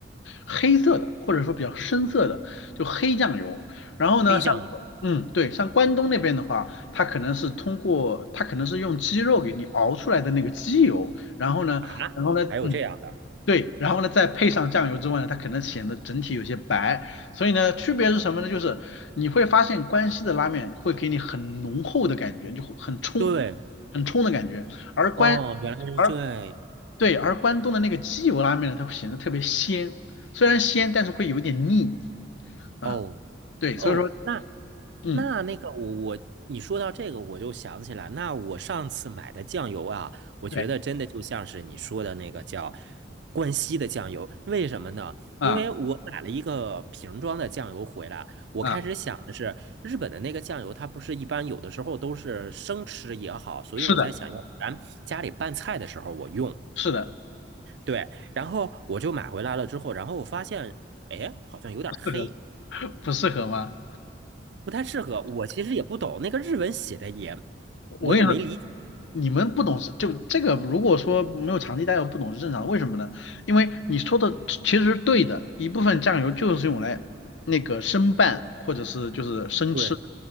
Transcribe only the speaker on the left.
黑色的，或者说比较深色的，就黑酱油。然后呢，
像嗯，对，像关东那边的话，它可能是通过，它可能是用鸡肉给你熬出来的那个鸡油，然后呢，
然后呢，
嗯，对，然后呢再配上酱油之外呢，它可能显得整体有些白。所以呢，区别是什么呢？就是你会发现关西的拉面会给你很浓厚的感觉，就会很冲，
很冲的感觉，而关。
而。对，而关东的那个鸡油拉面呢，它会显得特别鲜，虽然鲜，但是会有一点腻。啊，
对，
所以说，
嗯，
对，
啊
啊，
是的，是的，
不适合，不适合吗？
我跟你说，
你们不懂是就这个，如果说没有长期待过，不懂是正常的。为什么呢？因为你说的其实是对的，一部分酱油就是用来那个生拌或者是就是生吃，